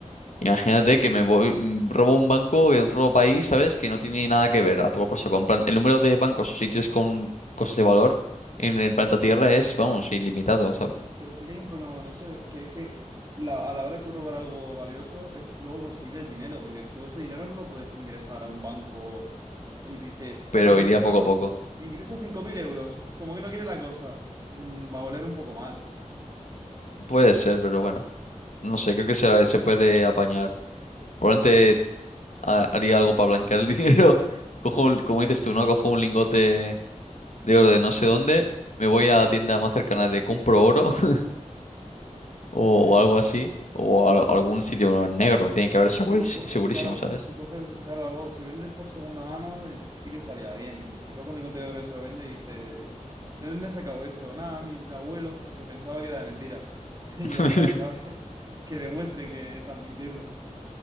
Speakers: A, on the left (about 65°); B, on the right (about 30°).
A: Imagínate que me voy, mm, robo un banco de otro país, ¿sabes? Que no tiene nada que ver, a todo por saco. En plan, el número de bancos o sitios con cosas de valor en el planeta Tierra es, vamos, ilimitado, ¿sabes?
B: Pero sí que hay un problema con eso, eh, que es que la- a la hora de tú robar algo valioso es luego conseguir el dinero, porque tú ese dinero no lo puedes ingresar a un banco y dices, toma,
A: Pero
B: ingreso,
A: iría poco a poco.
B: ingreso 5.000 euros, como que no quiere la cosa. Mm, va a oler un poco mal.
A: Puede ser, pero bueno. No sé, creo que se, se puede apañar. Probablemente ha- haría algo para blanquear el <laughs> dinero. Cojo un- como dices tú, ¿no? Cojo un lingote de oro de no sé dónde. Me voy a la tienda más cercana de compro oro <laughs> o,
B: Sí.
A: o algo así. O a- algún sitio negro. Tiene que haber segurísimo,
B: Que, po- po-
A: segurísimo,
B: claro,
A: ¿sabes?
B: si coges, claro, algo, si vendes por segunda mano, eh, sí que estaría bien. Si coges un lingote de oro y se lo vende y dice, ¿de dónde has sacado esto? Nada, mi abuelo, que se pensaba que era de mentira. <laughs> Y
A: <laughs>
B: ya está, ¿sabes? <laughs> Que demuestren que estás mintiendo.